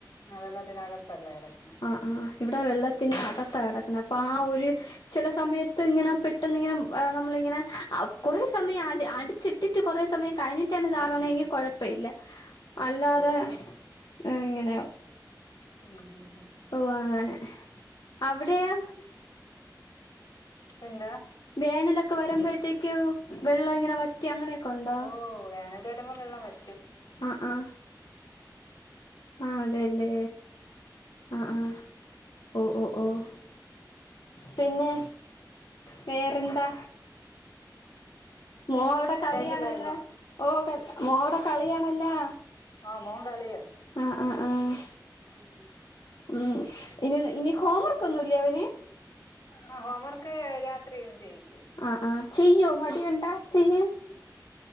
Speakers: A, on the left; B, on the left.
A: ആ വെള്ളത്തിനകത്തല്ല കെടക്
B: ആഹ് ആഹ് ഇവിടെ വെള്ളത്തിന്റെ അക ത്താകെടക്കണെ അപ്പൊ ആ ഒരു ചെല സമയത്തിങ്ങനെ പെട്ടെന്ന് ഇങ്ങനെ നമ്മളിങ്ങനെ അവ് കൊറേ സമയം ആണ്ട് അടിച്ചിട്ടിട്ട് കൊറെ സമയം കഴിഞ്ഞിട്ടാണ് ഇതാകണെങ്കി
A: ഉം
B: കൊഴപ്പം ഇല്ലാ അല്ലാതെ
A: ഓ
B: ഏഫ് ഇങ്ങനെയാവും
A: ഉം ഉം ഉം
B: ഓ അങ്ങനെ അവിടെയോ?
A: എന്താ?
B: വേനലൊക്കെ വരുമ്പഴത്തേക്കും വെള്ളം ഇങ്ങനെ വറ്റി അങ്ങനെയൊക്കെ ഒണ്ടോ?
A: ഓ <unintelligible> വെള്ളം വറ്റ്
B: ആഹ് ആഹ് ആഹ് അതേല്ലേ ആഹ്
A: അങ്ങനെ
B: ആഹ് ഓഹ് ഓഹ് ഓഹ് പിന്നെ, വേറെന്താ? മോ അവിടെ കളിയാണല്ലോ
A: കേട്ടില്ലായിരുന്നു
B: ഓഹ് ക മോ അവിടെ കളിയാണല്ലോ?
A: ആഹ് മോൻ കളിയാ.
B: ആഹ് ആഹ് ആഹ്
A: ഉം
B: ഉം ഇനി ഇനി ഹോം വർകൊന്നുമില്ലേ അവന്
A: ആ ഹോംവർക്ക് രാത്രിയിരുന്ന് ചെയ്യും
B: ആ ആ ചെയ്യോ മടിയുണ്ടോ ചെയ്യ